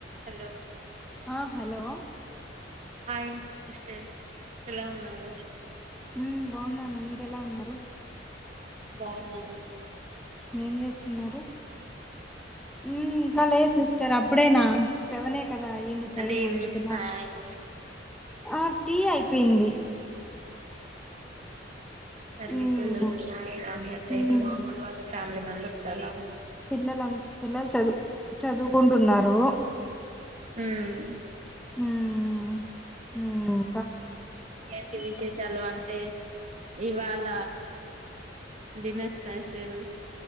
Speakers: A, on the right; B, in the centre.
A: హలో
B: ఆ హలో
A: హాయ్ సిస్టర్ ఎలా ఉన్నారు
B: మ్ బాగున్నాను మీరూ ఎలా ఉన్నారు
A: బౌన్నను
B: ఏం చేస్తున్నారు మ్ ఇంకా లేదు సిస్టర్ అప్పుడేనా సెవనే కదా అయ్యంది
A: అంటే
B: టైం
A: ఈవినింగ్
B: ఉంది కదా
A: స్నాక్
B: ఆ టీ అయిపోయింది
A: మరిమీ
B: ఉమ్
A: పిల్లలు మీ ఆయన మీ అత్య
B: ఉమ్
A: మీ మామూలు వాళ్ళ ఫమి మెంబెర్స్ చాలా ఉనారు
B: పిల్లల పిల్లలు చదువు చదువుకుంటున్నారు
A: ఉమ్
B: ఉమ్ మ్
A: ఏంటి విశేషాలు అంటే ఇవాళ డిన్నర్ స్పెషల్